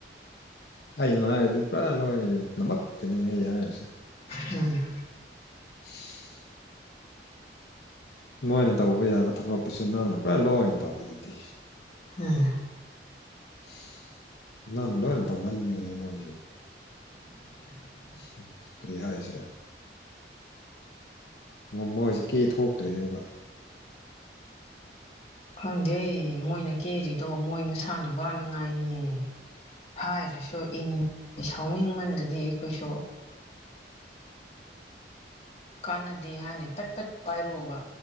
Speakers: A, on the left; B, on the left.
A: ꯑꯩꯅ ꯍꯥꯏꯔꯗꯤ ꯄꯨꯔꯥ ꯂꯣꯏ ꯅꯃꯛꯀꯤꯅꯦ ꯑꯩ ꯍꯥꯏꯔꯤꯁꯦ
B: ꯎꯝ
A: <unintelligible> ꯃꯣꯏꯅ ꯇꯧꯕ ꯌꯥꯕ ꯊꯕꯛꯇꯨꯁꯨ ꯅꯪꯅ ꯄꯨꯔꯥ ꯂꯣꯏꯅ ꯇꯧꯋꯦꯗꯨꯗꯤ
B: <unintelligible>
A: <unintelligible> ꯅꯪꯅ ꯂꯣꯏꯅ ꯇꯧꯃꯟꯕꯒꯤꯅꯦ ꯃꯣꯏꯖꯦ
B: <inaudible>
A: <unintelligible> ꯀꯔꯤ ꯍꯥꯏꯁꯤꯔꯥ? ꯃꯣꯃꯣꯏꯖꯦ ꯀꯦ ꯊꯣꯛꯈ꯭ꯔꯦꯕ
B: ꯈꯪꯗꯦ ꯃꯣꯏꯅ ꯀꯦꯔꯤꯗꯣ ꯃꯣꯏ ꯃꯁꯥꯅ ꯋꯥꯅꯉꯥꯏꯅꯦ ꯍꯥꯏꯔꯁꯨ ꯏꯟ ꯑꯦ ꯁꯥꯎꯅꯤꯡ ꯃꯜꯂꯗꯤ ꯑꯩꯈꯣꯏꯁꯨ ꯀꯥꯟꯅꯗꯦ ꯍꯥꯏꯅ ꯐꯠ ꯐꯠ ꯄꯥꯏꯔꯨꯕ